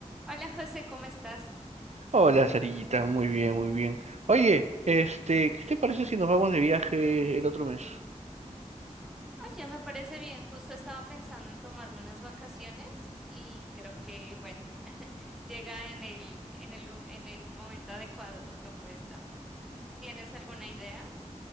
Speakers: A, in the centre; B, on the right (about 60°).
A: Hola José, ¿cómo estás?
B: Hola, Sarillita, muy bien, muy bien. Oye, este, ¿qué te parece si nos vamos de viaje el otro mes?
A: Oye, me parece bien, justo estaba pensando en tomarme unas vacaciones y creo que, bueno, llega en el, en el, lu- en el momento adecuado tu propuesta. ¿Tienes alguna idea?